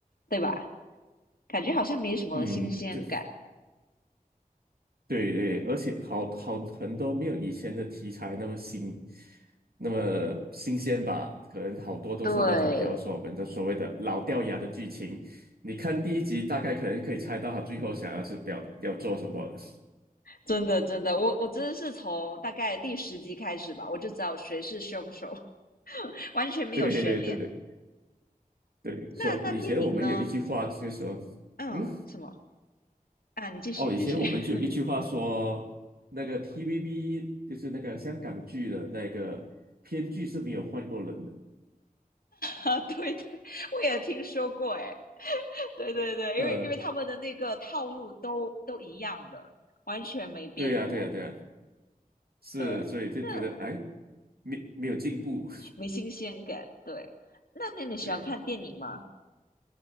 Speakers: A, on the left; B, on the right.
A: 对吧？感觉好像没什么新鲜感。
B: 嗯，对。对对，而且好好很多没有以前的题材那么新，那么新鲜吧？可能好多都是那种比较说我们的所谓的老掉牙的剧情。
A: 对，
B: 你看第一集，大概可能可以猜到他最后想要是表要做什么了。<laughs>
A: 真的真的，我我真的是从大概第十集开始吧，我就知道谁是凶手，<laughs> 完全没有悬念。
B: 对对对对对说以以前我们有一句话就说，
A: 那那电影呢？嗯，
B: 嗯，
A: 什么啊？你继续，
B: 哦，
A: 你继续。
B: 以前我们就有一句话说，
A: <laughs>
B: 那个 TVB 就是那个香港剧的那个编剧是没有换过人的。
A: 啊，对对，我也听说过，诶，对对对，
B: 呃，
A: 因为因为他们的那个套路都都一样的，完全没变过。
B: 对呀对呀对呀是，
A: 对，
B: 所以就觉得哎，
A: 那
B: 没没有进步。
A: 没新鲜感。对，那那你喜欢看电影吗？
B: <laughs> 对，